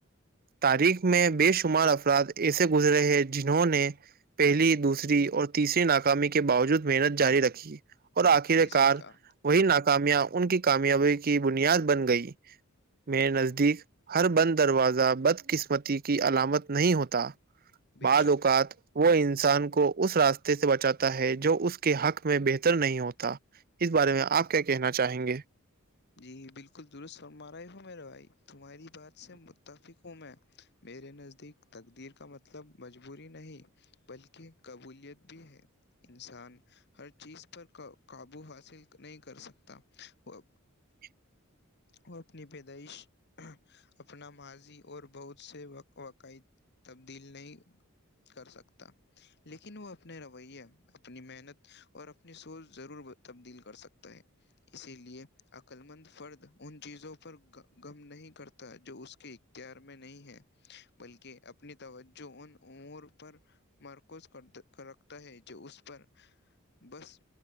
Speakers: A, on the right; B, on the left.
A: تاریخ میں بے شمار افراد ایسے گزرے ہیں جنہوں نے پہلی دوسری اور تیسری ناکامی کے باوجود محنت جاری رکھی اور آخر
B: جی صحیح
A: کار
B: کہا
A: وہی ناکامیاں ان کی کامیابی کی بنیاد بن گئی میںیر نزدیک ہر بند دروازہ بدقسمتی کی علامت نہیں ہوتا
B: بے
A: بضوکات
B: شک
A: وہ انسان کو اس راستے سے بچاتا ہے جو اس کے حق میں بہتر نہیں ہوتا اس بارے میں آپ کیا کہنا چاہیں گے
B: جی بالکل درست فرما رہے ہوں میرے بھائی تمہاری بات سے متفق ہوں میں میرے نزدیک تقدیر کا مطلب مجبوری نہیں بلکہ قبولیت بھی ہے انسان ہر چیز پر قابو حاصل نہیں کر سکتا وہ
A: <inaudible>
B: وہ اپنی پیدائش اپنا ماضی اور بہت سے واقائد تبدیل نہیں کر سکتا لیکن وہ اپنے رویے اپنی محنت اور اپنی سوچ ضرور تبدیل کر سکتا ہے اسی لیے عقلمند فرد ان چیزوں پر غم نہیں کرتا جو اس کے اختیار میں نہیں ہے بلکہ اپنی توجہ ان امور پر مرکوز کرکھ ہے جو اس پر بس